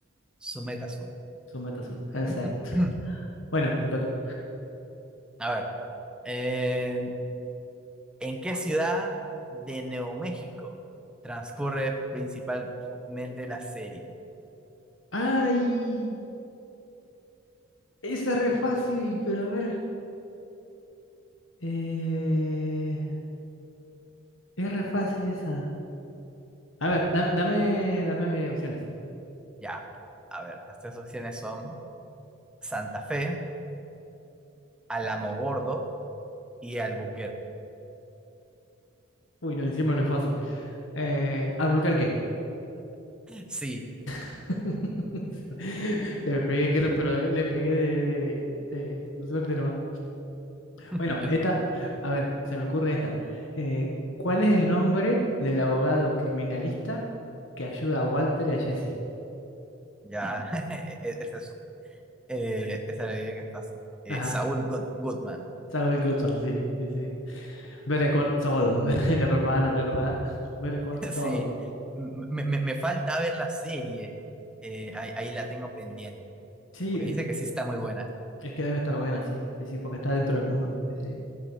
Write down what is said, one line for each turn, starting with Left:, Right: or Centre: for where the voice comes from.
Centre: su meta azul.
Left: su meta azul.
Centre: <clears throat>
Left: Exacto. Bueno, te toca.
Centre: A ver. eh, ¿En qué ciudad de Nuevo México transcurre principalmente la serie?
Left: ¡Ay! Esa es re fácil, pero a ver. eh, es re fácil esa. A ver, da- dame, dame opciones.
Centre: Ya, a ver, las tres opciones son Santa Fe, Alamogordo y Albuquerque.
Left: Uy, no, encima no es fácil. Eh, ¿Albuquerque?
Centre: Sí,
Left: <laughs> Le pegué, quiero, pero eh, le pegué de, de, de- de- de suerte nomás.
Centre: <laughs>
Left: Bueno,
Centre: yo
Left: esta, a ver, se me ocurre esta. Eh, ¿cuál es el nombre del abogado criminalista que ayuda a Walter y a Jesse?
Centre: ya, <laughs> e- e- esa es, eh, esa es la idea que es fácil. Eh,
Left: Ajá,
Centre: Saúl Good- Goodman.
Left: Saul Goodman, sí, sí, sí. Better Call Saul, <laughs> la propaganda, ¿te acordás? Better Call
Centre: <laughs>
Left: Saul.
Centre: Sí, m- me, me- me falta ver la serie. Eh, ahí, ahí la tengo pendiente.
Left: Sí,
Centre: Porque
Left: eh,
Centre: dice que sí está muy buena.
Left: es que debe estar buena, sí, sí, sí, porque está dentro del mundo, sí, sí.